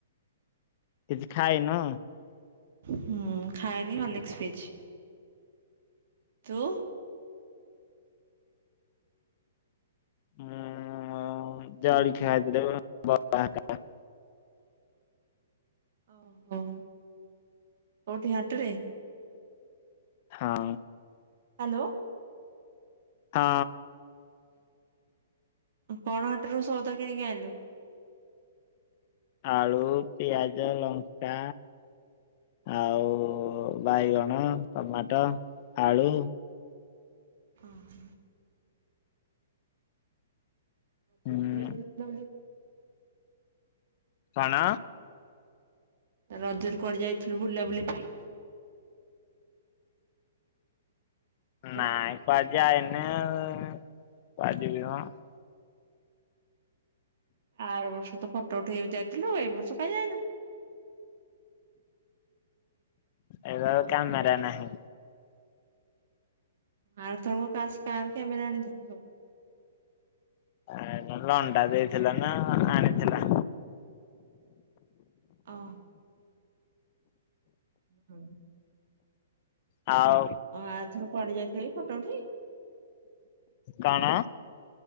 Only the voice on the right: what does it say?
ହୁଁ ଖାଇନି ହର୍ଲିକ୍ସ ପିଇଚି। ତୁ?
ଓହୋ କୋଉଠି ହାଟରେ?
ହାଲୋ।
ଉଁ କଣ ହାଟୁରୁ ସୋଉଦ କିଣିକି ଆଇଁଲୁ!
ଅହ ୍
<unintelligible>
ରଜରେ କୁଆଡ଼େ ଯାଇଥିଲୁ ବୁଲାବୁଲି ପାଇଁ? ହ୍ୟାଲୋ
ଆର ବର୍ଷ ତ ଫଟ ଉଠେଇଆକୁ ଯାଇଥିଲୁ ଏ ବର୍ଷ କାଁ ଯାଇନୁ?
ଆର ଥରକ କାସ୍ କାହାର କାମେରା ଆଣିଥିଲୁ ସବୁ?
ଅହ ହୁଁ।
ଅ ଏଥର କୁଆଡ଼େ ଯାଇଥିବ କି ଫଟ ଉଠେଇ?